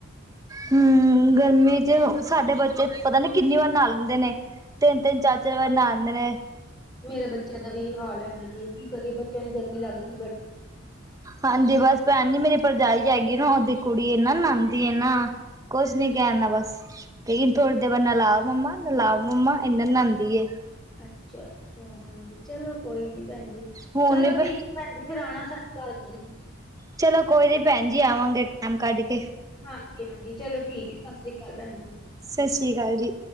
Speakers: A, on the right (about 15°); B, on the left (about 20°).
A: ਹੂੰ, ਗਰਮੀ ਚ ਸਾਡੇ ਬੱਚੇ ਪਤਾ ਨੀ ਕਿੰਨੀ ਵਾਰ ਨਾਹ ਲੈਂਦੇ ਨੇ, ਤਿੰਨ -ਤਿੰਨ, ਚਾਰ-ਚਾਰ ਵਾਰ ਨਾਹ ਲੈਂਦੇ ਨੇ।
B: ਮੇਰੇ ਬੱਚਿਆਂ ਦਾ ਵੀ ਹਾਲ ਈ ਹੈਗਾ ਜੀ, ਕੀ ਕਰੀਏ, ਬੱਚਿਆਂ ਨੂੰ ਗਰਮੀ ਲੱਗਦੀ ਬੜੀ
A: ਹਾਂਜੀ ਬਸ ਭੈਣ ਜੀ ਮੇਰੀ ਭਰਜਾਈ ਹੈਗੀ ਨਾ ਓਦੀ ਕੁੜੀ ਏਨਾਂ ਨਾਹਦੀ ਏ ਨਾ ਕੁਝ ਨੀ ਕਹਿਣਾ ਬਸ, ਲੇਕਨ ਥੋੜੀ ਦੇਰ ਬਾਅਦ ਨਲਾਓ ਮੰਮਾ- ਨਾਲਾਓ ਮੰਮਾ ਏਨਾਂ ਨਾਂਦੀ ਏ।
B: ਅੱਛਾ-ਅੱਛਾ ਹਾਂਜੀ, ਚਲੋ ਕੋਈ ਨੀ ਭੈਣ ਜੀ
A: ਹੁਣ
B: ਚਲੋ
A: ਨੀ
B: ਠੀਕ ਏ ਭੈਣ ਜੀ, ਫੇਰ ਆਣਾ ਸਾਡੇ ਘਰ ਤੁਸੀਂ।
A: ਚਲੋ ਕੋਈ ਨੀ ਭੈਣ ਜੀ ਆਵਾਂਗੇ ਟਾਈਮ ਕੱਢ ਕੇ।
B: ਹਾਂਜੀ-ਹਾਂਜੀ ਚਲੋ ਠੀਕ ਐ, ਸਸਰੀ ਅਕਾਲ ਭੈਣ ਜੀ।
A: ਸ਼ਸਰੀ ਅਕਾਲ ਜੀ।